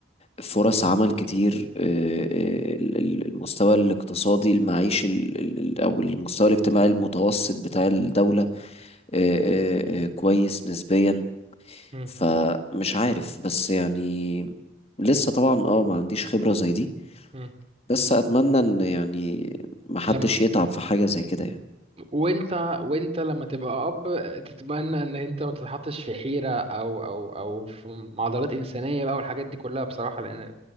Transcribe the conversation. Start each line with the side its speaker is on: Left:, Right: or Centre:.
Left: فرص عمل كتير آه، آه، ال- ال- المستوى الاقتصادي المعيشي ال- ال- ال- أو المستوى الاجتماعي المتوسط بتاع الدولة آه، آه، آه، كويس نسبيا
Right: مم.
Left: فمش عارف بس يعني لسه طبعا اه ما عنديش خبرة زي دي
Right: مم.
Left: بس أتمنى إن يعني محدش
Right: لم...
Left: يتعب في حاجة زي كده يعني
Right: وانت وانت لما تبقى اب تتمنى ان انت ما تتحطش في حيرة او او او في معضلات انسانية بقى والحاجات دي كلها بصراحة لان